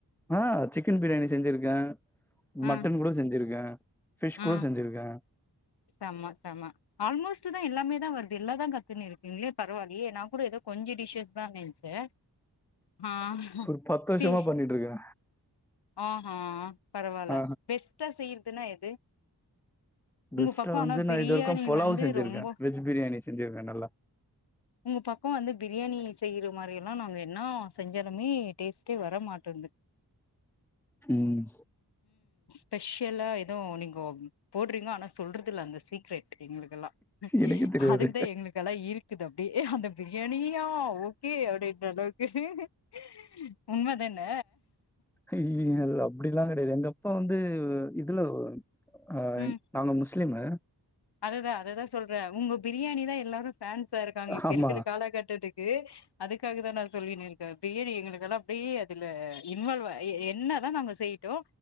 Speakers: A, in the centre; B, on the left.
A: ஆ சிக்கன் பிரியாணி செஞ்சிருக்கே
B: ஆ
A: மட்டன் கூட செஞ்சிருக்கே ஃபிஷ் கூட
B: ஆ
A: செஞ்சிருக்கே
B: செம செம ஆல்மோஸ்ட்டு தா எல்லாமே வருது எல்லா தா கத்துன்னு இருக்கீங்களே பரவால்லயே நா கூட எதோ கொஞ்ச டிஷஸ் ராங்காயிருச்சு ஆஹ
A: ஒரு பத்து வருஷமா
B: சே
A: பண்ணிட்ருக்கே
B: அஹா அ பரவால்ல
A: ஆ
B: பெஸ்ட்டா செய் றதுனா எது?
A: பெஸ்ட்டா
B: உங்க பக்கொ
A: வந்து
B: ஆனா
A: நா
B: பிரியாணி
A: இது வரைக்கு பொலாவ்
B: வந்து
A: செஞ்சிருக்கே
B: ரொம்ப
A: வெஜ் பிரியாணி செஞ்சிருக்கே நல்லா
B: உங்க பக்கொ வந்து பிரியாணி செய்ற இந்த மாரியெல்லா நாங்க என்னா செஞ்சாலுமே டேஸ்ட்டே வர மாட்டென்து
A: ம்
B: ஸ்பெஷலா எதுவு நீங்கொ போட்றீங்கோ ஆனா சொல்றதில்ல அந்த சீக்ரெட் எங்களுக்குல்லா
A: எனக்கே தெரியாது
B: அதுக்குதா எங்களுக்கெல்லா இருக்குது அப்டே அந்த பிரியாணியா ஓகே அப்டின்ற அளவுக் <inaudible> உண்ம தான
A: ஐய்யய்யல் அது அப்டிலா கெடையாது எங்க அப்பா வந்து இதுல ஆ
B: ம்
A: நாங்க முஸ் முஸ்லீம்மு
B: அதுதான் அதுதான் சொல்றேன் உங்க பிரியாணி தான் எல்லாரும் பேன்ஸா இருக்காங்க இப்ப
A: ஆமா.
B: இருக்குற காலகட்டத்துக்கு அதுக்காக தா நான் சொல்லினு இருக்கே பிரியாணி எங்களுக்கெல்லாம் அப்படியே அதுல இன்வால்வாயி எ என்னதா நாங்க செய்யிட்டோ